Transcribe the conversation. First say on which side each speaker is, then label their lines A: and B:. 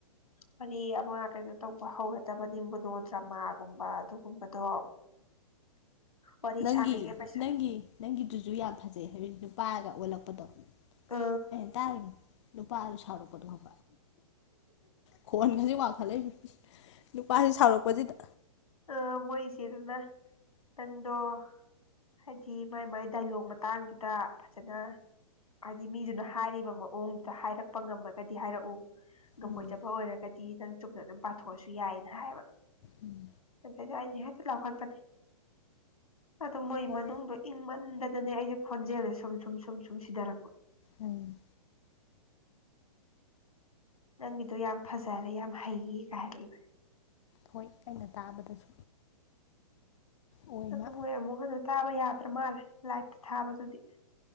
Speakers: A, on the left; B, on the left.
A: ꯋꯥꯔꯤ ꯑꯃ ꯀꯩꯅꯣ ꯇꯧꯕ ꯍꯧꯒꯗꯕꯅꯤ ꯃꯣꯅꯣ ꯗ꯭ꯔꯃꯥꯒꯨꯝꯕ ꯑꯗꯨꯒꯨꯝꯕꯗꯣ ꯋꯥꯔꯤ
B: ꯅꯪꯒꯤ
A: ꯁꯥꯡꯉꯤꯈꯩ ꯄꯩꯁꯥ
B: ꯅꯪꯒꯤ ꯅꯪꯒꯤ ꯑꯗꯨꯨꯁꯨ ꯌꯥꯝ ꯐꯖꯩ ꯍꯥꯏꯗꯤ ꯅꯨꯄꯥꯒ ꯑꯣꯜꯂꯛꯄꯗꯣ
A: ꯑ
B: ꯍ ꯇꯔꯒ ꯂꯨꯄꯥ ꯑꯗꯨ ꯁꯥꯎꯔꯛꯄꯗꯣ ꯈꯣꯟ ꯈꯖꯤꯛ ꯋꯥꯡ ꯅꯨꯄꯥꯁꯤ ꯁꯥꯎꯔꯛꯄꯁꯤꯗ
A: ꯑ ꯃꯣꯏꯆꯦꯗꯨꯅ ꯅꯪꯗꯣ ꯍꯥꯏꯗꯤ ꯃꯥꯏ ꯃꯥꯏ ꯗꯥꯏꯂꯣꯛ ꯃꯇꯥꯡꯗꯨꯗ ꯐꯖꯅ ꯍꯥꯏꯗꯤ ꯃꯤꯗꯨꯅ ꯍꯥꯏꯔꯤꯕ ꯃꯑꯣꯡꯗꯨꯗ ꯍꯥꯏꯔꯛꯄ ꯉꯝꯃꯒꯗꯤ ꯍꯥꯏꯔꯛꯎ ꯉꯝꯃꯣꯏꯗꯕ
B: ꯎꯝ
A: ꯑꯣꯏꯔꯒꯗꯤ ꯅꯪ ꯆꯨꯝꯅ ꯑꯗꯨꯝ ꯄꯥꯊꯣꯛꯑꯁꯨ ꯌꯥꯏꯌꯦꯅ ꯍꯥꯏꯕ
B: ꯎꯝ
A: ꯑ ꯑꯗꯤ ꯍꯦꯛꯇ ꯂꯥꯎꯈꯠꯄꯅꯤ ꯑꯗꯨ ꯃꯣꯏ
B: ꯍꯣꯏ
A: ꯃꯅꯨꯡꯗꯣ ꯏꯪꯃꯟꯗ ꯑꯗꯨꯅꯦ ꯑꯩꯁꯦ ꯈꯣꯟꯖꯦꯜꯁꯦ ꯁꯨꯝ ꯁꯨꯝ ꯁꯨꯝ ꯁꯨꯝ ꯁꯤꯊꯔꯛꯄ
B: ꯎꯝ
A: ꯅꯪꯒꯤꯗꯣ ꯌꯥꯝ ꯐꯖꯔꯦ ꯌꯥꯝ ꯍꯩꯌꯦ ꯀꯥꯏ ꯍꯥꯏꯔꯛꯏꯕ
B: ꯍꯣꯏ ꯑꯩꯅ ꯇꯥꯕꯗꯁꯨ ꯑꯣꯏꯃ
A: ꯑꯗꯨ ꯃꯣꯏ ꯑꯃꯨꯛ ꯍꯟꯅ ꯇꯥꯕ ꯌꯥꯗ꯭ꯔ ꯃꯥꯜꯂꯦ ꯂꯥꯏꯞꯇ ꯊꯥꯕꯗꯨꯗꯤ